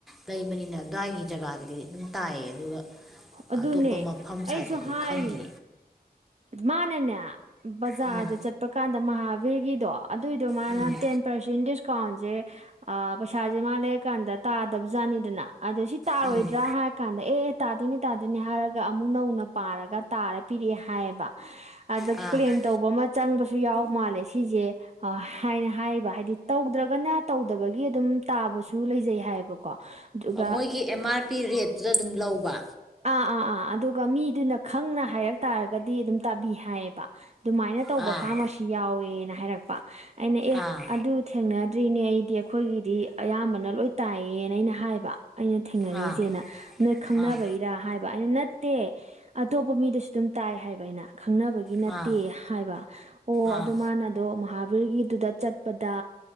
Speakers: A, in the centre; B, on the right.
A: ꯂꯩꯕꯅꯤꯅ ꯑꯗ꯭ꯋꯥꯏꯒꯤ ꯖꯒꯥꯗꯗꯤ ꯑꯗꯨꯝ ꯇꯥꯏꯌꯦ ꯑꯗꯨꯒ ꯑꯇꯣꯞꯄ
B: ꯑꯗꯨꯅꯦ
A: ꯃꯐꯝ
B: ꯑꯩꯁꯨ
A: ꯁꯥꯏꯠꯇꯗꯤ
B: ꯍꯥꯏꯔꯤꯅꯦ
A: ꯈꯪꯗꯦ
B: ꯃꯥꯅꯅꯦ ꯕꯖꯥꯔꯗ
A: ꯎꯝ
B: ꯆꯠꯄ ꯀꯥꯟꯗ ꯃꯍꯥꯚꯤꯔꯒꯤꯗꯣ ꯑꯗꯨꯏꯗꯣ ꯃꯥꯅ
A: ꯎꯝ
B: ꯇꯦꯟ ꯄꯔꯁꯦꯟ ꯗꯤꯁꯀꯥꯎꯟꯖꯦ ꯄꯩꯁꯥꯖꯦ ꯃꯥ ꯂꯩꯔꯀꯥꯟꯗ ꯇꯥꯗꯕ ꯖꯥꯠ ꯃꯥꯅꯤꯗꯅ ꯑꯗꯣ ꯁꯤ ꯇꯥꯔꯣꯏꯗ꯭ꯔꯥ
A: ꯎꯝ
B: ꯍꯥꯏꯔ ꯀꯥꯟꯗ ꯑꯦ ꯑꯦ ꯇꯥꯗꯣꯏꯅꯦ ꯇꯥꯗꯣꯏꯅꯦ ꯍꯥꯏꯔꯒ ꯑꯃꯨꯛ ꯅꯧꯅ ꯄꯥꯔꯒ ꯇꯥꯔ ꯄꯤꯔꯛꯑꯦ ꯍꯥꯏꯌꯦꯕ ꯑꯗ
A: ꯑꯥ
B: ꯀ꯭ꯂꯦꯝ ꯇꯧꯕ ꯑꯃ ꯆꯪꯕꯁꯨ ꯌꯥꯎ ꯃꯥꯜꯂꯦ ꯁꯤꯁꯦ ꯑ ꯍꯥꯏꯅ ꯍꯥꯏꯔꯤꯕ ꯍꯥꯏꯗꯤ ꯇꯧꯗ꯭ꯔꯒꯅ ꯇꯧꯗꯕꯒꯤ ꯑꯗꯨꯝ ꯇꯥꯕꯁꯨ ꯂꯩꯖꯩ ꯍꯥꯏꯌꯦꯕꯀꯣ ꯑꯗꯨꯒ
A: ꯃꯣꯏꯒꯤ ꯑꯦꯝ ꯑꯥꯔ ꯄꯤ ꯔꯦꯠꯇꯨꯗ ꯑꯗꯨꯝ ꯂꯧꯕ
B: ꯑ ꯑ ꯑ ꯑꯗꯨꯒ ꯃꯤꯗꯨꯅ ꯈꯪꯅ ꯍꯥꯏꯔꯛ ꯇꯥꯔꯒꯗꯤ ꯑꯗꯨꯝ ꯇꯥꯕꯤ ꯍꯥꯏꯌꯦꯕ ꯗꯨꯃꯥꯏꯅ ꯇꯧꯕ
A: ꯑꯥ
B: ꯐꯥꯔꯃꯥꯁꯤ ꯌꯥꯎꯋꯦꯅ ꯍꯥꯏꯔꯛꯄ ꯑꯩꯅ ꯑꯦ
A: ꯑꯥ
B: ꯑꯗꯨ ꯊꯦꯡꯅꯗ꯭ꯔꯤꯅꯦ ꯑꯩꯗꯤ ꯑꯩꯈꯣꯏꯒꯤꯗꯤ ꯑꯌꯥꯝꯕꯅ ꯂꯣꯏ ꯇꯥꯢꯌꯦ ꯑꯩꯅ ꯍꯥꯏꯕ ꯑꯩꯅ ꯊꯦꯡꯅꯔꯤꯁꯦꯅ
A: ꯑꯥ
B: ꯅꯣꯏ ꯈꯪꯅꯕꯒꯤ
A: ꯑꯥ
B: ꯍꯥꯏꯕ ꯑꯩꯅ ꯅꯠꯇꯦ ꯑꯇꯣꯞꯄ ꯃꯤꯗꯁꯨ ꯑꯗꯨꯝ ꯇꯥꯏ ꯍꯥꯏꯕ ꯑꯩꯅ ꯈꯪꯅꯕꯒꯤ ꯅꯠꯇꯦ
A: ꯑꯥ
B: ꯍꯥꯏꯕ ꯑꯣ
A: ꯑꯥ
B: ꯑꯗꯣ ꯃꯥꯅꯗꯣ ꯃꯍꯥ ꯚꯤꯔꯒꯤꯗꯨꯗ ꯆꯠꯄꯗ